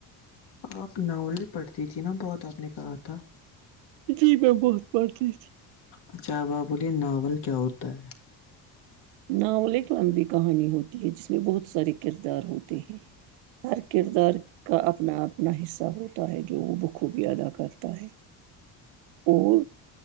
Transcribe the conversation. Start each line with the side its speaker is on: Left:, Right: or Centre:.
Left: آپ ناولیں پڑتی تھی نا بہت آپ نے کہا تھا
Right: جی میں بہت پڑھتی تھی
Left: اچھا اب آپ بولیے ناول کیا ہوتا ہے
Right: ناول اک لمبی کہانی ہوتی ہے جس میں بہت سارے کردار ہوتے ہیں ہر کردار کا اپنا اپنا حصہ ہوتا ہے جو وہ بخوبی ادا کرتا ہے وہ